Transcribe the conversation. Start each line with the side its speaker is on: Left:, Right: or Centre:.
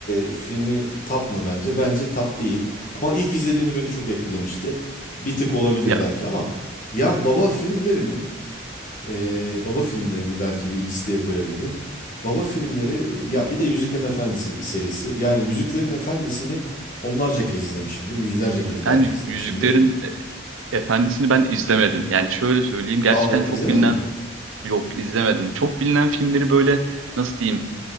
Left: e, filmi top mı bence? Bence top değil. Ama ilk izlediğimde beni çok etkilemişti. Bir tık olabilir
Right: Ya
Left: belki ama ya baba filmlerinin e, baba filmlerini belki bir listeye koyabilirim. Baba filmleri ya bir de Yüzüklerin Efendisi serisi. Yani Yüzüklerin Efendisi'ni onlarca kez izlemişimdir. Yüzlerce kez
Right: yani
Left: belki izlemişimdir.
Right: Yüzüklerin Efendisi'ni ben izlemedim. Yani şöyle söyleyeyim gerçekten
Left: Aa
Right: çok
Left: izlemedin
Right: bilinen
Left: mi?
Right: yok izlemedim. Çok bilinen filmleri böyle nasıl diyeyim